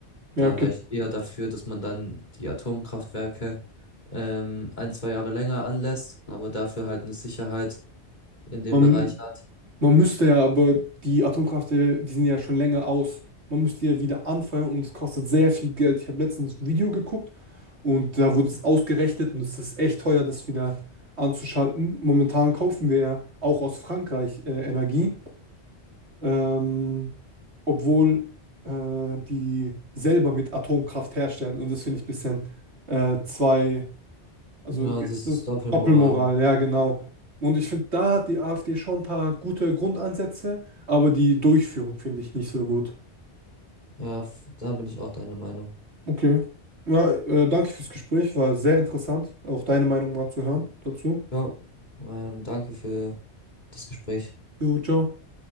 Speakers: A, on the right; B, on the left.
A: Ja,
B: Da
A: okay.
B: wäre ich eher dafür, dass man dann die Atomkraftwerke ähm, ein, zwei Jahre länger anlässt, aber dafür halt eine Sicherheit in dem
A: Man,
B: Bereich hat.
A: Man müsste ja, aber die Atomkraftwerke, die sind ja schon länger aus. Man müsste ja wieder anfeuern und es kostet sehr viel Geld. Ich habe letztens ein Video geguckt und da wurde es ausgerechnet und es ist echt teuer, das wieder anzuschalten. Momentan kaufen wir ja auch aus Frankreich äh, Energie, ähm, obwohl äh, die selber mit Atomkraft herstellen und das finde ich ein bisschen äh, zwei also
B: Ja, das
A: äh,
B: ist Doppelmoral.
A: Doppelmoral, ja, genau. Und ich finde, da hat die AfD schon ein paar gute Grundansätze, aber die Durchführung finde ich nicht so gut.
B: Ja, f- da bin ich auch deiner Meinung.
A: Okay. Ja, äh, danke fürs Gespräch, war sehr interessant, auch deine Meinung mal zu hören dazu.
B: Ja, ähm, danke für das Gespräch.
A: Jo, ciao.